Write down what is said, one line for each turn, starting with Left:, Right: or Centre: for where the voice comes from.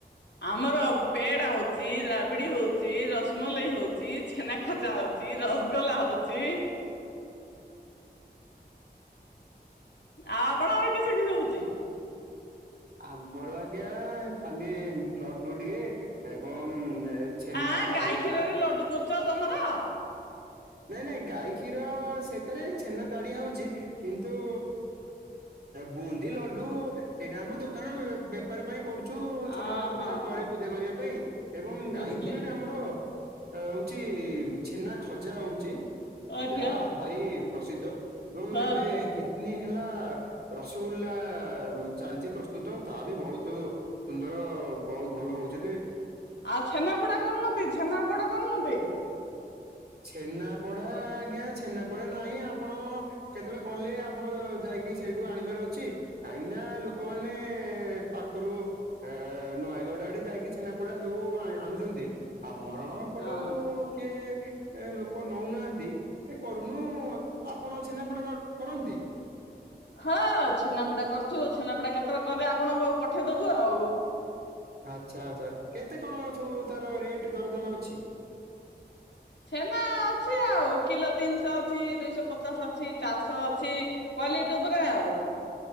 Left: ଆମର ପେଡା ହଉଚି ରାବିଡି ହଉ ଚି ରସମଲେଇ ହଉଚି ଛେନା ଖଜା ହଉଚି ରସଗୋଲା ହଉଚି ଆ ଆପଣଙ୍କର କିସ କିିସ ହଉଚି।
Right: ଆମର ଆଜ୍ଞା ଖାଲି ଲଡୁ ଟିକେ ଏବଂ ଛେନା
Left: ଆ
Right: ତାଡିଆ
Left: ଗାଈ କ୍ଷୀରରେ ଲଡୁ କରୁଚ ତମର
Right: ନାଇଁ ନାଇଁ ଗାଈ କ୍ଷୀର ସେତେରେ ଛେନା ତାଡିଆ ହଉଚି କିନ୍ତୁ ବୁନ୍ଦି ଲଡୁ ସେଇଟା ଆମ ଦୋକାନେ ମିଳେ। ଉପାର ପାଇଁ କରୁଛୁ ଛୋଟ
Left: ଅ
Right: ମୋଟ ଦୋକାନ
Left: ହଁ
Right: ଘରେ
Left: ହଁ
Right: ପୂଜା କରିବା ପାଇଁ ଏବଂ
Left: ବୁଝିଲି
Right: ଗାଈ କ୍ଷୀରରେ ଆମର ହଉଛି ଛେନା ଖଜା ହଉଚି
Left: ଆଜ୍ଞା
Right: ଯାହା ଭାରି ପ୍ରସିଦ୍ଧ ଏବଂ
Left: ଆଜ୍ଞା।
Right: ଏବେ କିଛିଦିନ ହେଲା ରସଗୋଲ୍ଲା ଚାଲିଚି ପ୍ରସ୍ତୁତ ତାହା ବି ବହୁତ ସୁନ୍ଦର ବହୁତ ଭଲ ହଉଚିଲି।
Left: ଆଉ ଛେନାପୋଡା କରୁନନ୍ତି ଛେନା ପୋଡା କରଣୁନନ୍ତି।
Right: ଛେନାପଡା ଆଜ୍ଞା ଛେନାପଡା ନାହିଁ ଆପଣ କେତବେଳେ କଲେ ଆପଣ ଯାଇକି ସେଇଠୁ ଆଣିବାର ଅଛି କାହିଁକ ନା ଲୋକମାନେଏ ପାଖରୁ ଅ ନୟାଗଡ ଆଡେ ଯାଇକି ଛେନାପଡା ସବୁ ଆଣୁଛନ୍ତି ଆମର ଫଟୋ
Left: ହଁ
Right: କିଏ ଲୋକ ନଉନାହାନ୍ତି। ସେ କରୁନୁ ଆପଣ ଛେନାପୋଡ କରନ୍ତି?
Left: ହଁ ଛେନାପୋଡା କରୁଛୁ ଛେନାପୋଡା କେତେବେଳେ କଲେ ଆପଣଙ୍କୁଉ ପଠେଇଦବୁ ଆଉ।
Right: ଆଚ୍ଛା ଆଚ୍ଛା କେତେ କଣ ସବୁ ତାର ରେଟ ଦରଦାମ ଅଛି।
Left: ଛେନା ଅଛି ଆଉ କିଲୋ ତିନିଶହ ଅଛି ଦୁଇଶହ ପଚାଶ ଅଛି ଚାରିଶହ ଅଛି। କ୍ୱାଲିଟି ଉପରେ ଆଉ